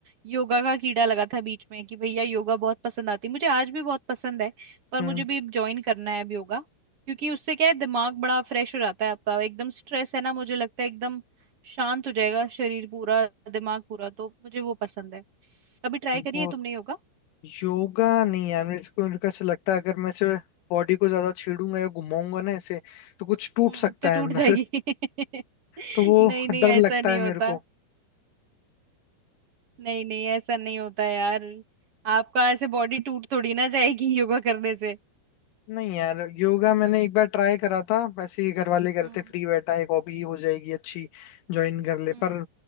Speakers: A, on the right; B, on the left.
A: योगा का कीड़ा लगा था बीच में कि भैया योगा बहुत पसंद आती मुझे आज भी बहुत पसंद है पर
B: हम्म
A: मुझे भी ज्वाइन करना है अब योगा क्योंकि उससे क्या है दिमाग बड़ा फ्रेश हो जाता है आपका एकदम स्ट्रेस है ना मुझे लगता है एकदम शांत हो जाएगा शरीर पूरा दिमाग पूरा तो मुझे वो पसंद है कभी ट्राई
B: वो
A: करिए तुमने योगा
B: योगा नहीं यार मेरे को मेरे को ऐसा लगता है अगर मैं इसे बॉडी को ज्यादा छेड़ूंगा या घुमाऊंगा ना इसे तो कुछ टूट
A: हम्म
B: सकता
A: तो टूट
B: है अंदर
A: जाएगी
B: <laughs>
A: <laughs>
B: तो वो
A: नहीं नहीं
B: डर लगता
A: ऐसा नहीं
B: है
A: होता
B: मेरे को
A: नहीं नहीं ऐसा नहीं होता यार आपका ऐसे बॉडी टूट थोड़ी ना जाएगी योगा करने से
B: नहीं यार योगा मैंने एक बार ट्राई करा था ऐसे ही घर वाले करते
A: हम्म
B: फ्री बैठा है, एक हॉबी हो जाएगी अच्छी ज्वाइन कर ले
A: हम्म
B: पर